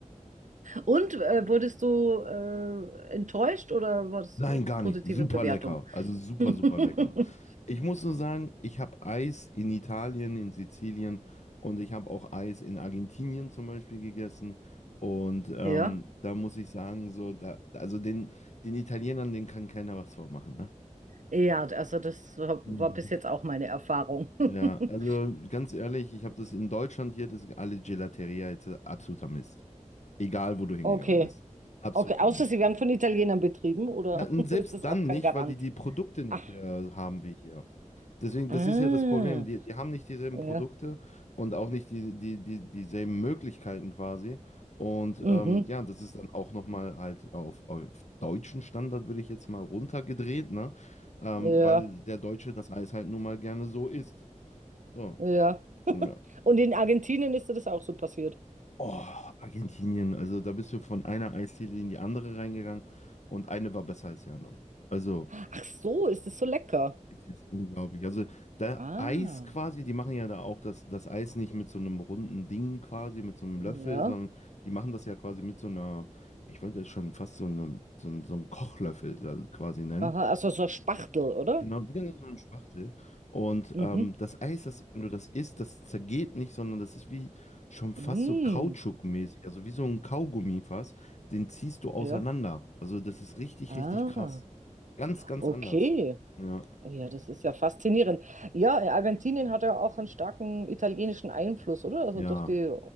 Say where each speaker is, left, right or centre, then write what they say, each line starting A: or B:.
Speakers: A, on the right; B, on the left.
A: Und äh, wurdest du äh, enttäuscht oder war es
B: Nein,
A: äh,
B: gar
A: positive
B: nicht. Super
A: Bewertung?
B: lecker. Also super,
A: <laughs>
B: super lecker. Ich muss nur sagen, ich habe Eis in Italien, in Sizilien und ich habe auch Eis in Argentinien zum Beispiel gegessen. Und ähm,
A: Ja.
B: da muss ich sagen, so, da, also den, den Italienern, den kann keiner was vormachen, ne?
A: Ja, also das war
B: Mhm.
A: bis jetzt auch meine Erfahrung. <laughs>
B: Ja, also ganz ehrlich, ich habe das in Deutschland hier, das alle Gelateria jetzt äh, absoluter Mist. Egal, wo du hingegangen
A: Okay.
B: bist. Absoluter
A: Okay, außer
B: Mist.
A: sie werden von Italienern betrieben, oder
B: Ja, und
A: <laughs>
B: Selbst
A: ist das
B: dann
A: auch kein
B: nicht,
A: Garant?
B: weil die die Produkte nicht
A: Ach,
B: äh, haben wie hier. Deswegen, das
A: ah,
B: ist ja das Problem. Die, die haben nicht dieselben
A: ja,
B: Produkte und auch nicht die, die, die, dieselben Möglichkeiten quasi. Und
A: mhm,
B: ähm, ja, das ist dann auch nochmal halt auf, auf deutschen Standard, würde ich jetzt mal runtergedreht, ne? Ähm,
A: ja,
B: weil der Deutsche das Eis halt nun mal gerne so isst. So.
A: ja.
B: Ja.
A: Und in Argentinien ist dir das auch so passiert.
B: Oh, Argentinien. Also da bist du von einer Eisdiele in die andere reingegangen und eine war besser als die andere. Also.
A: Ach so, ist das so lecker?
B: Es ist unglaublich. Also da
A: Ah,
B: Eis quasi, die machen ja da auch das, das Eis nicht mit so einem runden Ding quasi, mit so einem
A: ja.
B: Löffel, sondern die machen das ja quasi mit so einer, ich wollte das schon fast so, eine, so, einen, so einen Kochlöffel da quasi nennen.
A: Aha, also so Spachtel, oder?
B: Genau, wieder nur so eine Spachtel. Und
A: Mhm,
B: ähm, das Eis, das, wenn du das isst, das zergeht nicht, sondern das ist wie schon fast
A: mm,
B: so Kautschukmäßig, also wie so ein Kaugummi fast, den ziehst du auseinander.
A: ja.
B: Also das ist richtig,
A: Ah,
B: richtig krass. Ganz, ganz
A: okay.
B: anders. Ja.
A: Ja, das ist ja faszinierend. Ja, Argentinien hat ja auch einen starken italienischen Einfluss, oder? Also
B: Ja.
A: durch die